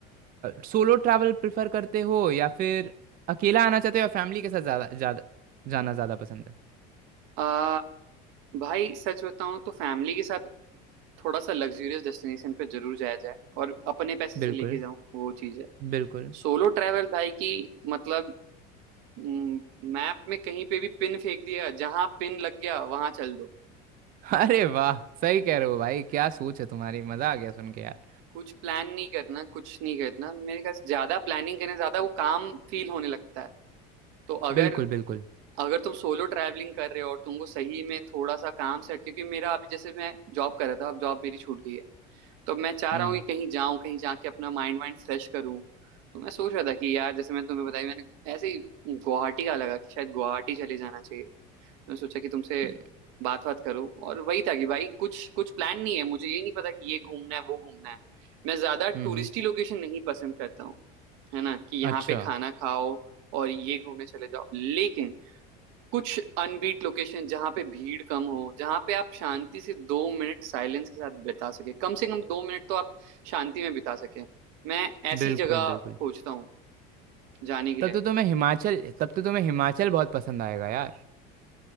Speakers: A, on the right (about 45°); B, on the right (about 75°).
A: सोलो ट्रैवल प्रेफर करते हो या फिर अकेला आना चाहते हो या फैमिली के साथ ज्यादा ज्यादा जाना ज्यादा पसंद है
B: आ, भाई सच बताऊं तो फैमिली के साथ थोड़ा सा लग्जूरियस डेस्टिनेशन पे जरूर जाया जाए और अपने पैसे से
A: बिल्कुल
B: लेके जाऊं वो चीज है
A: बिल्कुल
B: सोलो ट्रैवल भाई की मतलब मैप में कहीं पे भी पिन फेंक दिया जहां पिन लग गया वहां चल दो
A: <laughs> अरे वाह सही कह रहे हो भाई क्या सोच है तुम्हारी मजा आ गया सुन के यार
B: कुछ प्लान नहीं करना कुछ नहीं करना मेरे ख्याल से ज्यादा प्लानिंग करने से ज्यादा वो काम फील होने लगता है तो अगर
A: बिल्कुल बिल्कुल
B: अगर तुम सोलो ट्रैवलिंग कर रहे हो और तुमको सही में थोड़ा सा काम सेट क्योंकि मेरा अभी जैसे मैं जॉब कर रहा था अब जॉब मेरी छूट गई है तो मैं चाह
A: हम्म
B: रहा हूँ कि कहीं जाऊं कहीं जाके अपना माइंड वाइंड फ्रेश करूँ तो मैं सोच रहा था कि यार जैसे मैं तुम्हें बताई मैंने ऐसे ही गुवाहाटी का लगा कि शायद गुवाहाटी चले जाना चाहिए तो मैं सोचा कि तुमसे
A: हम्म
B: बात बात करूं और वही था कि भाई कुछ कुछ प्लान नहीं है मुझे ये नहीं पता कि ये घूमना है वो घूमना है मैं ज्यादा
A: हम्म,
B: टूरिस्टी लोकेशन नहीं पसंद करता हूँ है ना कि यहाँ
A: अच्छा
B: पे खाना खाओ और ये घूमने चले जाओ लेकिन कुछ अनबीट लोकेशन जहां पे भीड़ कम हो जहां पे आप शांति से दो मिनट साइलेंस के साथ बिता सके कम से कम दो मिनट तो आप शांति में बिता सके मैं ऐसी
A: बिल्कुल
B: जगह
A: बिल्कुल
B: खोजता हूँ जाने के
A: तब
B: लिए
A: तो तुम्हें हिमाचल तब तो तुम्हें हिमाचल बहुत पसंद आएगा यार